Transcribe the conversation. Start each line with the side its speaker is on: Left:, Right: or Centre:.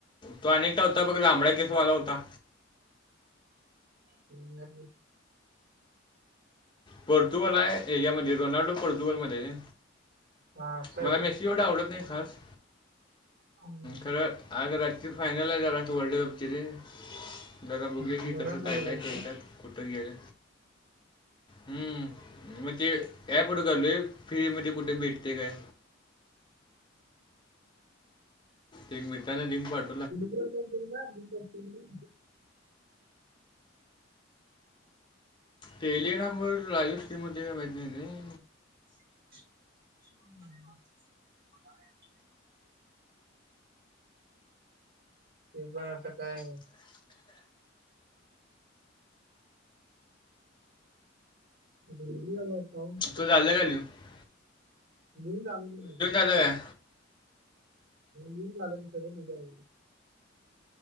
Left: तो अनेकटा होता बघ जांभडा केसवाला होता.
Right: ह्.
Left: पोर्तुगल यामध्ये रोनाल्डो पोर्तुगलमध्ये.
Right: हा असं
Left: मला मेसी ढ आवडत नाही खास्
Right: आहे.
Left: खरं. आज रात्री फानल आहे झाला तू वर्ल्ड कपची र. जरा
Right: म्हणून
Left: बघले की कसं काय
Right: बघायलायस
Left: काय ख्यायच्यात कुठं गेलं. ह मग ते याप घालो आहे फि्री म ते कुठे भेटते काय. एक मितताने लिंक पाड.
Right: त ब ना दी कर.
Left: ली नंबर लाईव्ह स्ट्रीममध्ये का माहिती नाही.
Right: ह ते पण असं काय. घ आ पाऊस
Left: तो झालं का लिहून
Right: द आलजी ला.
Left: हल आहे.
Right: हन काल क सग.